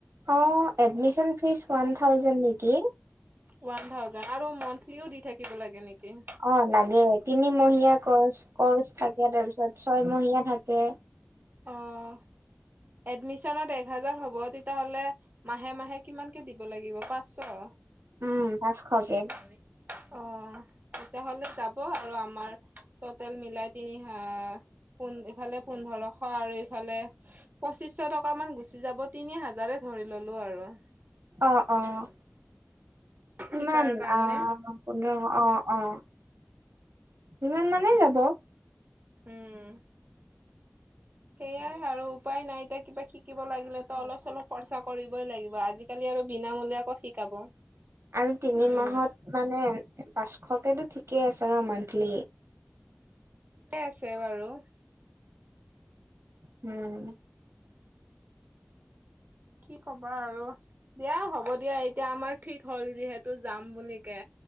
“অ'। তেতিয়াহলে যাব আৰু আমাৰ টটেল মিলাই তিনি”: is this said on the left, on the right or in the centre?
Right